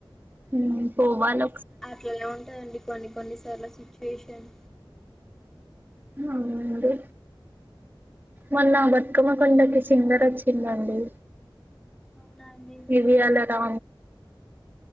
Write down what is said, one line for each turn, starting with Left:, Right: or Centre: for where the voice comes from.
Right: మ్మ్ పోవాల
Centre: అట్లానే ఉంటదండి కొన్ని కొన్ని చాలా శి ఫేషన్
Right: అవునండి మళ్ళా బతుకమ్మ పండకి సింగర్ వచ్చిందండి
Centre: అవునా అండి
Right: ఇరిాల రా